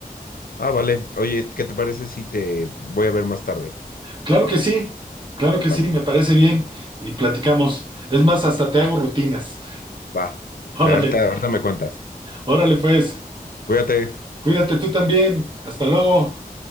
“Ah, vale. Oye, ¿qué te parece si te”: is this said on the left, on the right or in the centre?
Left